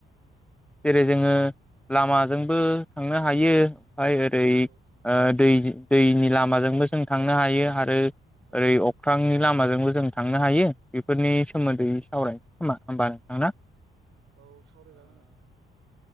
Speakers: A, in the centre; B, on the right.
A: जेरै जोङो लामाजोंबो थांनो हायो। <unintelligible> ओरै
B: औ
A: ओ दै दैनि लामाजोंबो जों थांनो हायो आरो। ओरै
B: औ
A: अख्रांनि लामाजोंबो जों थांनो हायो बेफोरनि सोमोन्दै
B: औ
A: सावरायनोसै खोमा होमबा नोंथांना
B: औ सावरायजागोन <unintelligible>